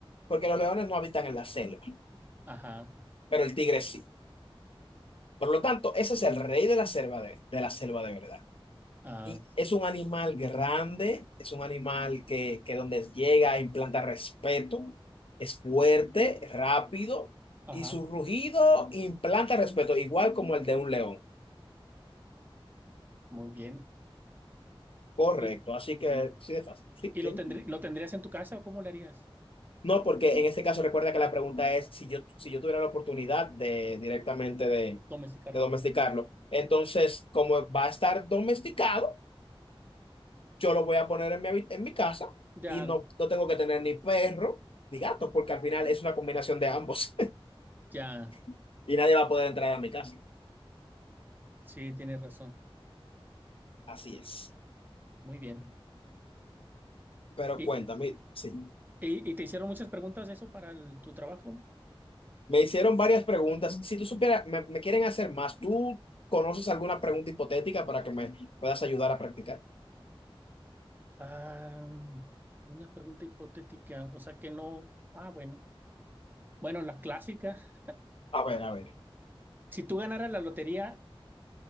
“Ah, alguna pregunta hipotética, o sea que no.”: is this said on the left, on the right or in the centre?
Right